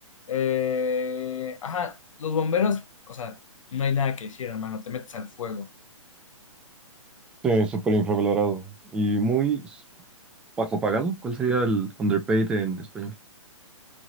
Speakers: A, on the left; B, in the centre.
A: Eh, ajá, los bomberos, o sea, no hay nada que decir, hermano, te metes al fuego.
B: Sí, súper infravalorado. Y muy s- bajo pagado. ¿Cuál sería el underpaid en español?